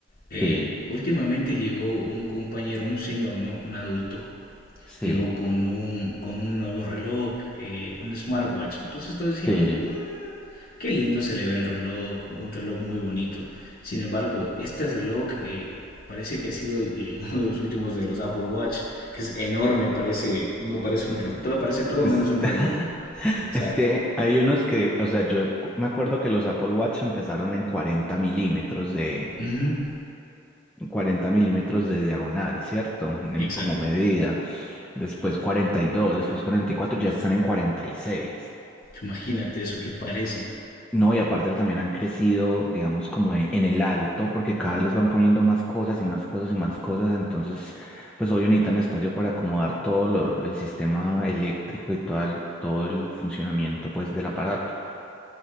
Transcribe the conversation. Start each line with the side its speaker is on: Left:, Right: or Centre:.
Left: eh,
Centre: Sí,
Left: últimamente llegó un compañero, un señor, ¿no? Un adulto
Centre: sí,
Left: Llegó con un, con un nuevo reloj, eh, un smartwatch. Entonces todos dijimos,
Centre: sí.
Left: "Mm, qué lindo se le ve el reloj, un reloj muy bonito. Sin embargo, este reloj eh, parece que ha sido el- eh, <laughs> uno de los últimos de los Apple Watch, que es enorme, parece, no parece un reloj, parece todo
Centre: Es,
Left: menos un
Centre: <laughs>
Left: reloj. Exacto.
Centre: es que hay unos que, o sea, yo cu- me acuerdo que los Apple Watch empezaron en cuarenta milímetros de,
Left: Ujú,
Centre: 40 milímetros de diagonal, ¿cierto? En-
Left: Exacto.
Centre: Como medida. Después cuarenta y dos después cuarenta y cuatro ya están en cuarenta y seis
Left: Imagínate eso qué parece.
Centre: No, y aparte también han crecido, digamos, como e- en el alto, porque cada vez les van poniendo más cosas y más cosas y más cosas. Entonces, pues obvio necesitan espacio para acomodar todo lo- el sistema eléctrico y todo el, todo el funcionamiento, pues, del aparato.